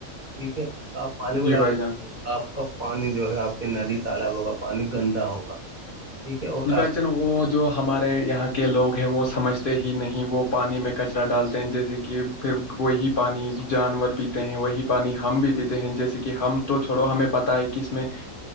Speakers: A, on the right; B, on the left.
A: ٹھیک ہے تو آپ پانی میں
B: جی
A: ڈالو
B: بھائی جان
A: گے تو آپ کا پانی جو ہے آپ کی ندی تالاب کا پانی گندا ہوگا ٹھیک ہے اور
B: بچ
A: آپ
B: وہ جو ہمارے یہاں کے لوگ ہیں وہ سمجھتے ہی نہیں وہ پانی میں کچرا ڈالتے ہیں جیسے کہ پھر وہی پانی جانور پیتے ہیں وہی پانی ہم بھی پیتے ہیں جیسے کہ ہم تو چھوڑو ہمیں پتا ہے کہ اس میں